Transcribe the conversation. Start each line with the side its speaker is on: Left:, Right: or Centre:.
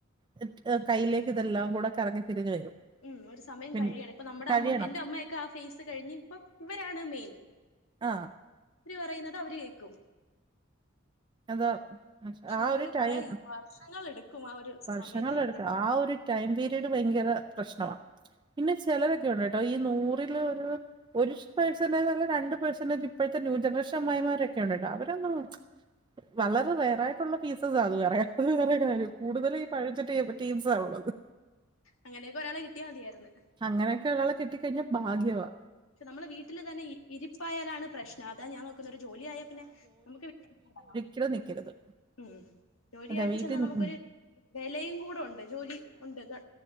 Right: <unintelligible> കയ്യിലേക്ക് ഇതെല്ലാം കൂടെ കറങ്ങി തിരിഞ്ഞ് വരും.
Left: ഉം ഒരു സമയം
Right: പി
Left: കഴിയാണ് ഇപ്പൊ നമ്മുടെ
Right: കഴിയണം
Left: അമ്മ എന്റെ അമ്മയൊക്കെ ആഹ ഫേസ് കഴിഞ്ഞ് ഇപ്പം ഇവരാണ് മെയിൻ.
Right: ആഹ്
Left: ഓര് പറയുന്നത് അവര് കേക്കും.
Right: അതാ
Left: പക്ഷെ
Right: ആഹ
Left: അതിനൊരു
Right: ഒരു ടൈം
Left: കൊറേ വർഷങ്ങൾ എടുക്കും ആ ഒരു
Right: വർഷങ്ങളെടുക്കും
Left: സമയത്ത് എത്താൻ
Right: ആഹ ഒരു ടൈം പീരീഡ് ഭയങ്കര പ്രശ്നമാണ് പിന്നെ ചിലരൊക്കെ ഉണ്ട് കെട്ടോ ഈ നൂറിൽ ഒരു. ഒരു പേഴ്സന്റെജ അല്ല രണ്ട് പേഴ്സന്റെജ് ഇപ്പോഴത്തെ ന്യൂ ജനറേഷൻ അമ്മായിമാരൊക്കെ ഉണ്ട് കേട്ടോ അവരൊന്നും വളരെ റെയറായിട്ടുള്ള പീസ്സസാ അത് വെറേ അത് വേറെ കാര്യം കൂടുതല് പഴഞ്ചൻ ടീ -ടീംസാണ് ഉള്ളത്
Left: അങ്ങനെയൊക്കെ ഒരാളെ കിട്ടിയാ മതിയായിരുന്നു
Right: അങ്ങനെയൊക്കെ ഒരാളെ കിട്ടി കഴിഞ്ഞാ ഭാഗ്യവാ.
Left: പക്ഷെ നമ്മളെ വീട്ടിലെ തന്നെ ഇരിപ്പായാലാണ് പ്രശ്നം അതാ ഞാ നോ ഒരു ജോലിയ ആയ പിന്നെ നമുക്ക് വീട്ടോ
Right: ചിലർ നിക്കരുത്.
Left: ഉം ജോലിയായിട്ട്
Right: അതാ വീട്ടിൽ
Left: ചെന്നാൽ നമുക്കൊരു
Right: ഉം
Left: വെലയും കൂടെ ഉണ്ട് ജോലി ഉണ്ട് ഗ